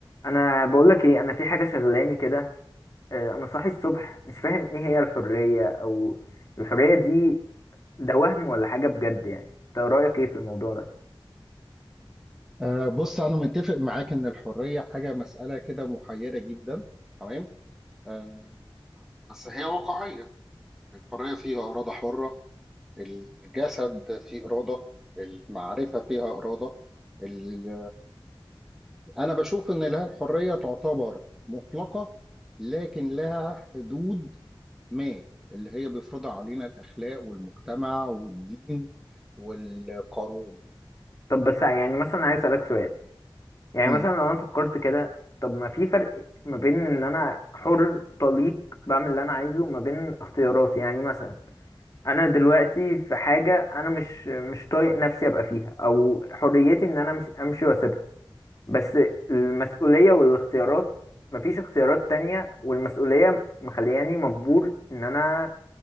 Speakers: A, on the left (about 40°); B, in the centre.
A: انا بقول لك ايه انا في حاجه شغلاني كده آه، انا صاحي الصبح مش فاهم ايه هي الحريه او الحريه دي ده وهم ولا حاجه بجد يعني انت رايك ايه في الموضوع ده
B: أه بص أنا متفق معاك إن الحرية حاجة مسألة كده محيرة جدا تمام أه بس هي واقعية الحرية فيها إرادة حرة الجسد فيه إرادة المعرفة فيها إرادة ال- أنا بشوف إن لها الحرية تعتبر مطلقة لكن لها حدود ما اللي هي بيفرضها علينا الأخلاق والمجتمع والدين والقانون
A: طب بس يعني مثلا عايز اسالك سؤال يعني
B: مم.
A: مثلا لو انا فكرت كده طب ما في فرق ما بين ان انا حر طليق بعمل اللي انا عايزه وما بين اختياراتي يعني مثلا انا دلوقتي في حاجه انا مش مش طايق نفسي ابقى فيها او حريتي ان انا أمس- امشي واسيبها بس المسؤولية والاختيارات مفيش اختيارات تانية والمسؤولية مخلياني مجبور ان انا